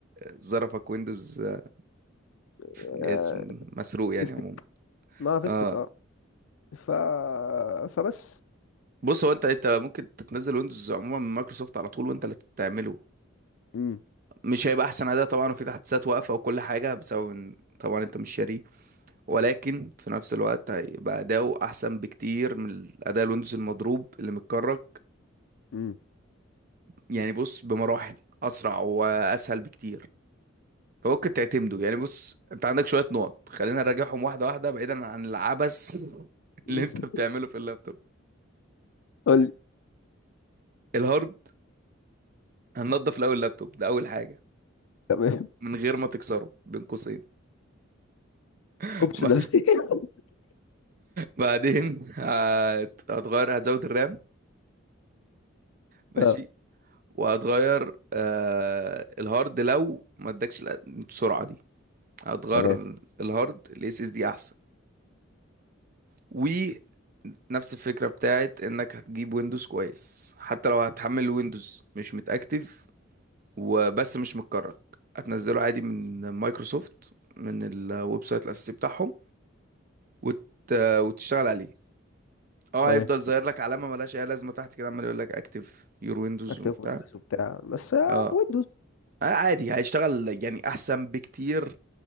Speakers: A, on the right (about 45°); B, on the left (about 85°).
A: ظرفك ويندوز آه،
B: آه
A: اسم- مسروق يعني
B: فيستك
A: عموما
B: ما فيستك
A: اه
B: اه ف فبس
A: بص هو انت انت ممكن تتنزل ويندوز عموما من مايكروسوفت على طول وانت اللي تعمله
B: امم
A: مش هيبقى احسن اداء طبعا وفي تحديثات واقفه وكل حاجه بسبب ان طبعا انت مش شاريه ولكن في نفس الوقت هيبقى اداؤه احسن بكتير من اداء الويندوز المضروب اللي متكرك
B: امم
A: يعني بص بمراحل اسرع واسهل بكتير فممكن تعتمده يعني بص انت عندك شويه نقط خلينا نراجعهم واحده واحده بعيدا عن العبث <laughs>
B: <laughs>
A: اللي انت بتعمله في اللابتوب
B: قول لي
A: الهارد هننضف الاول اللابتوب ده اول حاجه
B: تمام
A: من غير ما تكسره بين قوسين <laughs>
B: اوبشنال
A: ب-
B: <laughs>
A: بعدين هت... هتغير هتزود الرام ماشي
B: اه
A: وهتغير آه... الهارد لو ما ادكش الأ- السرعه دي هتغير
B: تمام
A: الهارد الاس اس دي احسن و نفس الفكرة بتاعت انك هتجيب ويندوز كويس حتى لو هتحمل ويندوز مش متأكتف وبس مش متكرر هتنزله عادي من مايكروسوفت من الويب سايت الاساسي بتاعهم وت... وتشتغل عليه اه
B: تمام
A: هيفضل ظاهر لك علامه ملهاش اي لازمه تحت كده عمال يقول لك اكتف يور ويندوز
B: اكتب
A: وبتاع
B: ويندوز وبتاع بس آه،
A: اه
B: ويندوز
A: آه، عادي هيشتغل يعني احسن بكتير